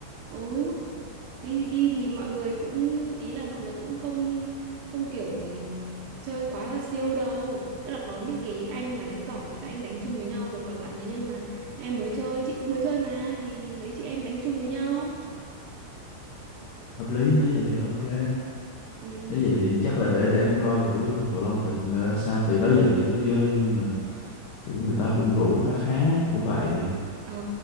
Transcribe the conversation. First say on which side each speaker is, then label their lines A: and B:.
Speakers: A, on the right; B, on the left.
A: ừ đi đi thì mọi người cũng ý là mọi người cũng không không kiểu ừm, chơi quá là siêu đâu tức là có những cái anh mà đánh giỏi thì các anh đánh chung với nhau rồi còn lại nếu như mà em mới chơi chị cũng mới chơi mà thì mấy chị em đánh chung với nhau
B: hợp lý nếu vậy thì ok
A: ừ
B: nếu vậy thì chắc là để để em coi thử là cầu lông tự là ra sao thì đó giờ chưa có chơi nhưng mà kiểu người ta cũng rủ khá khá kiểu vậy
A: ờ